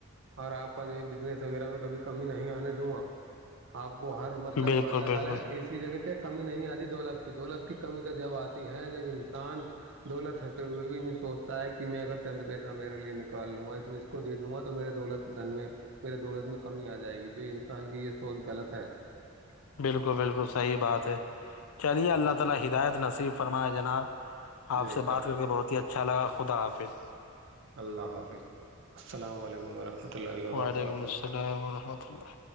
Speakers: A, on the right; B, on the left.
A: اور آپ کا جو ہے بزنس وغیرہ میں کبھی کمی نہیں آنے دوں گا آپ کو ہر مطلب
B: بالکل
A: اللہ
B: بالکل
A: تعالی ایسی جگہ کے کمی نہیں آتی دولت کی دولت کی کمی تو جب آتی ہیں جب انسان دولت ہوتے ہوئے بھی نہیں سوچتے تا ہے کہ میں اگر چند پیسہ میرے لیے نکال لوں گا اس میں اس کو دے دوں گا تو میرے دولت دھن میں میرے دولت میں کمی آ جائے گی تو انسان کی یہ سوچ غلط ہے
B: <unintelligible> آپ
A: بے
B: سے
A: شک
B: بات کر کے بہت ہی اچھا لگا خدا حافظ
A: اللہ حافظ السلام علیکم رحمۃ اللہ وبرکاتہ
B: وعلیکم السلام ورحمۃ اللہ